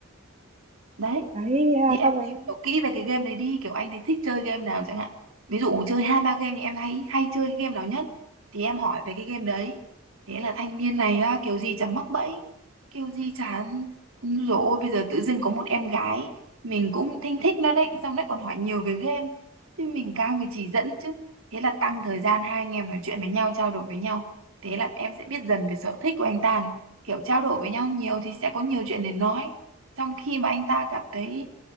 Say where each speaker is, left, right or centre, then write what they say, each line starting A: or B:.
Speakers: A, on the right; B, on the right.
A: đấy
B: đấy thế là
A: thì em
B: xong anh
A: tìm hiểu kỹ về cái game đấy đi kiểu anh thì thích chơi game nào chẳng hạn ví dụ chơi hai ba game thì em thấy hay chơi cái game nào nhất thì em hỏi về cái game đấy thế là thanh niên này á, kiểu gì chẳng mắc bẫy kiểu gì chán rồi ôi bây giờ tự dưng có một em gái mình cũng thinh thích nó đấy xong lại còn hỏi nhiều về game thì mình càng phải chỉ dẫn chứ thế là tăng thời gian hai anh em nói chuyện với nhau trao đổi với nhau thế là em sẽ biết dần về sở thích của anh ta này kiểu trao đổi với nhau nhiều thì sẽ có nhiều chuyện để nói xong khi mà anh ta cảm thấy